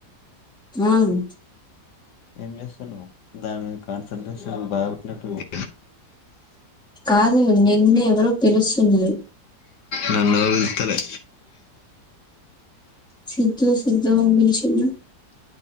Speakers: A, in the centre; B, on the left (about 70°).
A: హ్మ్
B: ఏం చేస్తున్నావ్ దానిమీద కాన్సన్ ట్రేషన్ బాగు పెట్టినట్టున్నవ్
A: కాదు నిన్నే ఎవరో పిలుస్తున్నారు
B: నన్ను ఎవరు పిల్తలే
A: సిద్ధు సిద్ధు అని బిలుచు టేనా